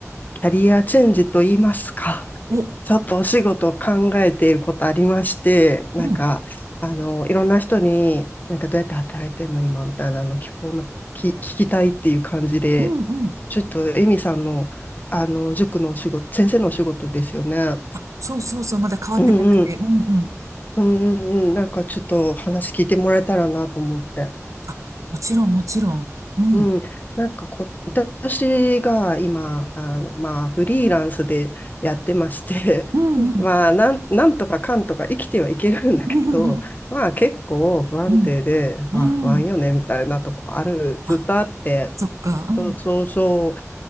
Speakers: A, on the left (about 35°); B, on the right (about 75°).
A: キャリアチェンジと言いますか、
B: お、
A: ちょっとお仕事を考えていることありまして、なんか、
B: うん。
A: あの、いろんな人に、なんかどうやって働いてんの今みたいなの聞こうな、き聞きたいっていう感じで、
B: うんうん。
A: ちょっとえみさんの、あの、塾のお仕事、先生のお仕事ですよね。
B: あ、そうそうそう。まだ変わってなくて。
A: うんうん。
B: うんうん。
A: うんうんうん、なんかちょっと話聞いてもらえたらなと思って。
B: あ、もちろんもちろん。うん。
A: うん、なんかこ、私が今、あの、まあ、フリーランスでやってまして、
B: うんうん。
A: うん <laughs> まあ、なん、なんとかかんとか生きてはいけるんだけど、
B: うんうん。
A: <laughs> まあ結構不安定で、
B: うん。うん。
A: あ、不安よね、みたいなとこある、ずっとあって、
B: あ、そっか。うん。
A: そうそうそ